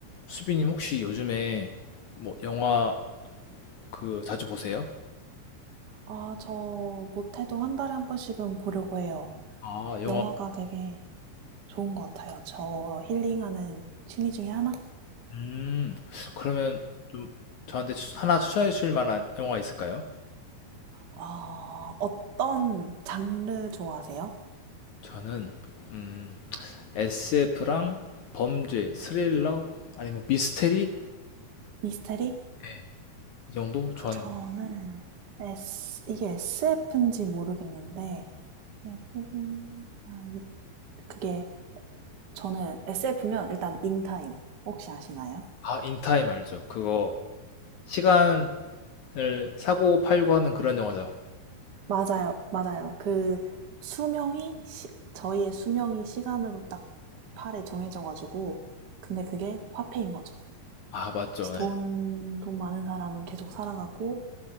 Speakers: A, on the left; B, on the right.
A: 수빈님 혹시 요즘에 뭐 영화 그 자주 보세요?
B: 아, 저 못해도 한 달에 한 번씩은 보려고 해요.
A: 아, 영화.
B: 영화가 되게 좋은 것 같아요. 저 힐링하는 취미 중에 하나?
A: 음, 그러면 좀 저한테 추- 하나 추천해 주실 만한 영화 있을까요?
B: 아, 어떤 장르 좋아하세요?
A: 저는 음, SF랑 범죄, 스릴러 아니면 미스테리?
B: 미스테리?
A: 네. 이 정도
B: 아,
A: 좋아하는
B: 저는
A: 거.
B: S, 이게 SF인지 모르겠는데, 에브리나잇 그게 저는 SF면 일단 인타임 혹시 아시나요?
A: 아, 인타임 알죠? 그거 시간을 사고 팔고 하는 그런 영화죠.
B: 맞아요, 맞아요. 그 수명이 시- 저희의 수명이 시간으로 딱 팔에 정해져 가지고 근데 그게 화폐인 거죠.
A: 아, 맞죠.
B: 그래서 돈,
A: 네.
B: 돈 많은 사람은 계속 살아가고